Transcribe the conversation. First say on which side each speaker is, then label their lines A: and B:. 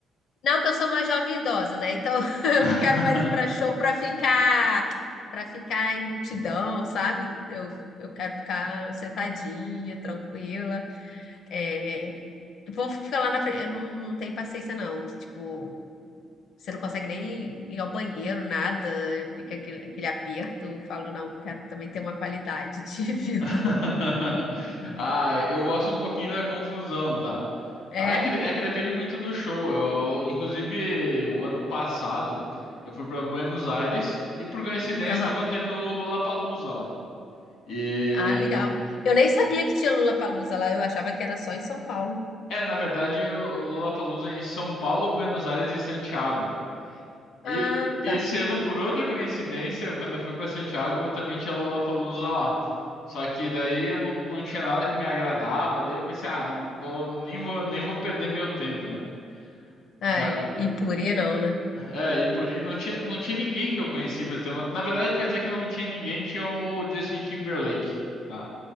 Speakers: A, on the left (about 60°); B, on the left (about 80°).
A: Não, que eu sou uma jovem idosa, né? Então, <laughs> eu
B: <laughs>
A: não quero mais ir pra show pra ficar, para ficar em multidão, sabe? Eu, eu quero ficar sentadinha, tranquila. É, O povo fica lá na frente. Eu não, não tenho paciência, não. Que, tipo, você não consegue nem ir ao banheiro, nada. Fica aquele, aquele aperto. Eu Falo, não, quero também ter uma qualidade de <laughs> vida.
B: <laughs> Ah, eu gosto um pouquinho da confusão, tá?
A: É,
B: Ah, É que, é que depende muito do show. Eu, inclusive, o ano passado, eu fui para Buenos Aires e, por coincidência,
A: aham.
B: estava tendo o Lollapalooza lá. E
A: Ah, legal. Eu nem sabia que tinha Lula Lollapalooza lá. Eu achava que era só em São Paulo.
B: é, na verdade, o o Lollapalooza é em São Paulo, Buenos Aires e Santiago.
A: Ah,
B: E- esse
A: tá.
B: ano, por outra coincidência, quando eu fui para Santiago, também tinha Lollapalooza lá. Só que daí eu não, não tinha nada que me agradava, daí eu pensei, ah, não vou, nem vou, nem vou perder meu tempo, né?
A: Ah,
B: Já,
A: e,
B: Hum.
A: e Puri não, né?
B: é, e por ir, não tinha, não tinha ninguém que eu conhecia, pra ter uma- na verdade, para dizer que não tinha ninguém, tinha o Justin Timberlake, tá?